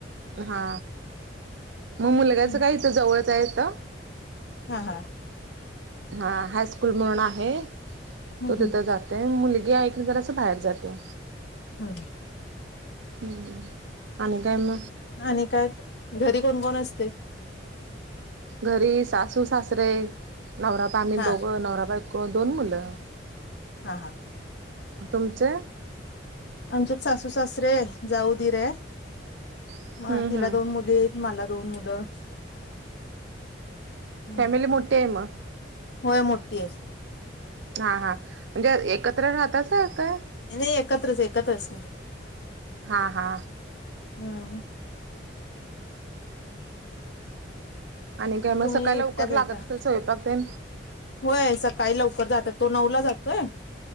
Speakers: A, on the right (about 75°); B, on the left (about 65°).
A: हा मग मुलग्याच
B: हम्म
A: काही इथ जवळच आहेेत
B: हा हा
A: हा हायस्कूल म्हणून आहे
B: हम्म
A: तो
B: हम्म
A: तिथं जाते मुलगी ऐकली ज असं बाहेर जाते
B: हम
A: हम्म आणिणी कायम
B: आणि काय घरी कोण कोण असते
A: घरी सासू सासरे नवराबा आम्ही
B: हा
A: दोघं नवराबा दोन मुलं
B: हा हा
A: तुमचे
B: आमचे सासू सासरे जाऊदीर आहे
A: हम्म
B: म तिला
A: हम्म
B: दोन मुली आहेत मला दोन मुलं हम्म
A: फॅमिली मोठी आहे मग
B: होय मोठी आहेस
A: हा हा म्हणजे एकत्र राहतच काय
B: नाही एकत्रच एकत्रच
A: हा हा
B: हम्म
A: आणि कायमुळे
B: तुम्ही
A: सकाळला
B: एकटाच
A: उकर
B: येता
A: लागत असेल स्वयंपाक ते
B: होय सकाळी लवकर जातात तो नऊ ला जातोय